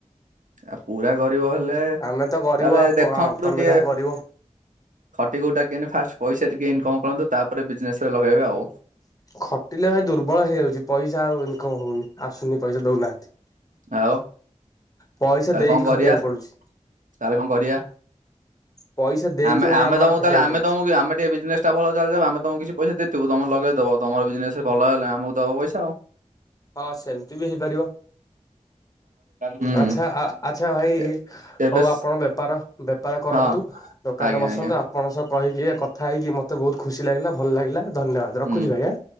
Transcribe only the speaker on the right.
ଆଉ ପୁରା ଗରିବ ହେଲେ ତାହେଲେ
ଦେଖନ୍ତୁ
ଟିକେ
ଖଟି ଖୁଟାକି କେମିତି ଫାଷ୍ଟ ପଇସା ଟିକେ ଇନକମ୍ କରନ୍ତୁ ତାପରେ ବିଜନେସ୍ ରେ ଲଗେଇବେ ଆଉ।
ଆଉ
ତାହେଲେ
କଣ କରିବା
ତାହଲେ କଣ କରିବା?
ଆମେ
ଆମେ
ତମକୁ
ତାହେଲେ ଆମେ
ତମକୁ ଆମେ ଟିକେ ବିଜନେସ୍ ତ ଆପଣଙ୍କ ଚାଲିଯାଉ। ଆମେ ତମକୁ କିଛି ପଇସା ଦେଇଥିବୁ ତମର ଲଗେଇଦବ ତମର ବିଜନେସ୍ରେ ଭଲ ହେଲେ ଆମକୁ ଦବ ପଇସା ଆଉ।
ହୁଁ
ଏ- ଏବେ
ସ୍-
ହଁ
ଆଜ୍ଞା
ଆଜ୍ଞା
ହୁଁ,